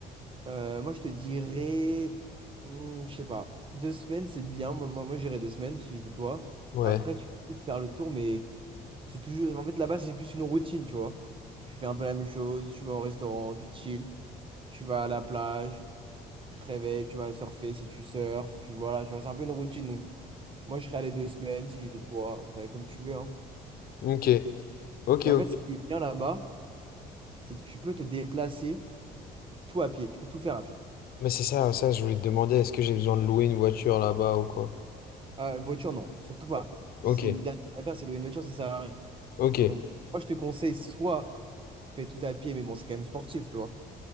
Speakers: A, on the right (about 30°); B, on the left (about 60°).
A: euh, moi, je te dirais, hum, je sais pas, deux semaines, c'est bien. Moi, moi, moi, j'irais deux semaines si j'étais toi.
B: Ouais.
A: Après, tu peux vite faire le tour, mais. C'est toujours. En fait, là-bas, c'est plus une routine, tu vois. Tu fais un peu la même chose, tu vas au restaurant, tu chill, tu vas à la plage, tu te réveilles, tu vas surfer si tu surfes, tu voilà, tu vois, c'est un peu une routine. Donc, moi, je serais allé deux semaines si j'étais toi, après, comme tu veux, hein.
B: Ok. Ok,
A: Et en
B: ok.
A: fait, ce qui est bien là-bas, c'est que tu peux te déplacer euh, tout à pied, tu peux tout faire à pied.
B: Mais c'est ça, ça, je voulais te demander, est-ce que j'ai besoin de louer une voiture là-bas ou quoi?
A: Euh, voiture, non, surtout pas.
B: Ok.
A: Ça, C'est une dernière affaire, c'est louer une voiture, ça sert à rien.
B: Ok.
A: Donc, moi, je te conseille soit tu fais tout à pied, mais bon, c'est quand même sportif, tu vois.